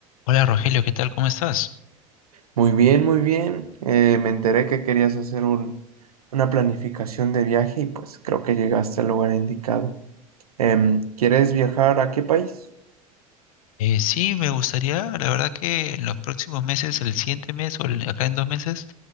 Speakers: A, on the left; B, on the right.
A: Hola Rogelio, ¿qué tal? ¿Cómo estás?
B: Muy bien, muy bien. Eh, me enteré que querías hacer un- una planificación de viaje y pues creo que llegaste al lugar indicado. Em, ¿quieres viajar a qué país?
A: Eh, sí, me gustaría, la verdad que en los próximos meses, el siguiente mes o el- acá en dos meses,